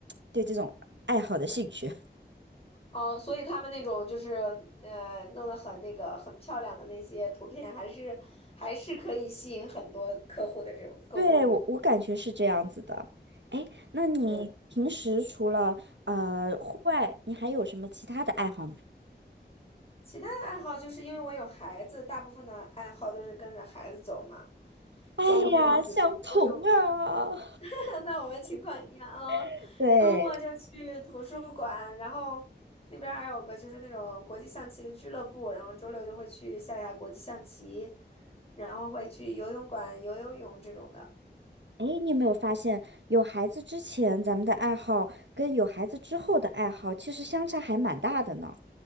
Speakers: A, on the right; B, on the left.
A: 对这种爱好的兴趣。
B: 哦，所以他们那种就是呃，弄得很那个很漂亮的那些图片，还是还是可以吸引很多客户的这种购物欲。
A: 对，我我感觉是这样子的。哎，那你平时除了呃户外，
B: 对，
A: 你还有什么其他的爱好吗？
B: 其他的爱好就是因为我有孩子，大部分的爱好都是跟着孩子走嘛。
A: 哎呀，
B: 周末，比如周六。
A: 相同啊！
B: <laughs> 那我们情况一样，啊，
A: <laughs> 对，
B: 周末就去图书馆，然后那边儿还有个就是那种国际象棋的俱乐部，然后周六就会去下下国际象棋，然后会去游泳馆游游泳这种的。
A: 哎，你有没有发现，有孩子之前咱们的爱好跟有孩子之后的爱好其实相差还蛮大的呢？